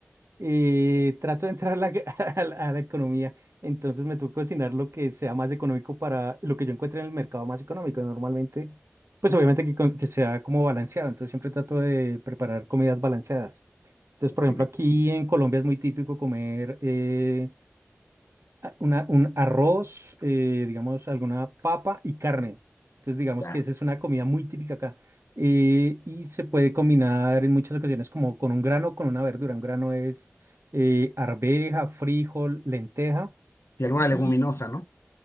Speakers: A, on the right; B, on the left.
A: eh, trato de entrar a la, <laughs> a la- a la economía, entonces me toca cocinar lo que sea más económico para lo que yo encuentre en el mercado más económico. Normalmente, pues obviamente que, con- que sea como balanceado, entonces siempre trato de preparar comidas balanceadas. Entonces, por ejemplo,
B: Sí,
A: aquí en Colombia es muy típico comer eh, una- un arroz, eh, digamos, alguna papa y carne. Entonces, digamos
B: ya.
A: que esa es una comida muy típica acá. Eh, y se puede combinar en muchas ocasiones como con un grano o con una verdura. Un grano es eh, arveja, frijol, lenteja.
B: Si alguna leguminosa,
A: Y
B: ¿no?